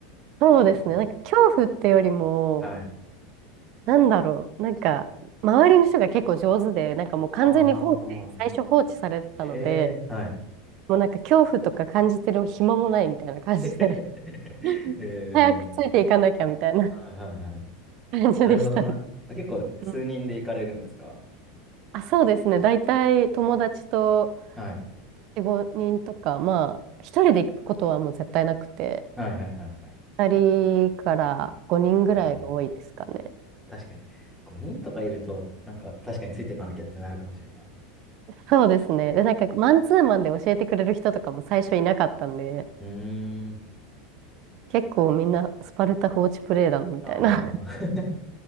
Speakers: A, on the right; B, in the centre.
A: そうですね。
B: そうですなんか
A: なんか恐怖ってよりも、
B: はい。
A: なんだろう。なんか、周りの人が結構上手で、なんかもう完全に放置、
B: ああ、
A: 最初放置されてたので、
B: ええはい。
A: もうなんか恐怖とか感じてる暇もないみたいな感じで、
B: <laughs>
A: <laughs>
B: ええ
A: 早くついていかなきゃみたいな
B: はいはいはい。
A: <laughs> 感じでしたね。
B: なるほどな。あ結構数人で行かれるんですか
A: うんあ、そうですね。大体友達と
B: はい。
A: 4、5人とか、まあ、一人で行くことはもう絶対なくて、
B: はいはいはいはい。
A: 2人から5人ぐらいが多いですかね。
B: なるほどな。確かに。5人とかいると、なんか確かについていかなきゃってなるかもしれない。
A: そうですね。で、なんか、マンツーマンで教えてくれる人とかも最初いなかったんで、
B: うーん。
A: 結構みんなスパルタ放置プレイだな、みたいな。
B: ああ。